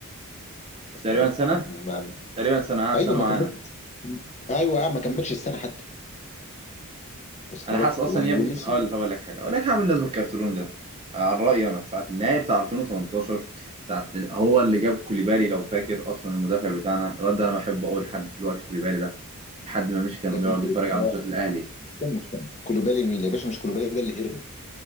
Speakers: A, on the left; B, on the right.
A: وصل
B: تقريبا
A: لك
B: سنه
A: ما... ما...
B: تقريبا سنه قعد
A: ايوه
B: سنه
A: ما
B: معانا
A: كملش ايوه آه، ما كملش السنه حتى وصل
B: انا حاسس
A: لك
B: اصلا
A: و...
B: يا ابني
A: ومشي
B: اقول طب اقول لك حاجه اقول لك حاجه بالنسبه للكارترون ده عن رايي انا ساعه النهائي بتاع 2018 ساعه ال- هو اللي جاب كوليبالي لو فاكر اصلا المدافع بتاعنا الواد ده انا بحبه قوي لحد دلوقتي كوليبالي ده لحد ما مشي كان
A: يا ابن
B: بيقعد
A: كولو
B: يتفرج على
A: اه
B: ماتشات الاهلي
A: كان مهتم كولوبالي مين يا باشا مش كولوبالي ده اللي هرب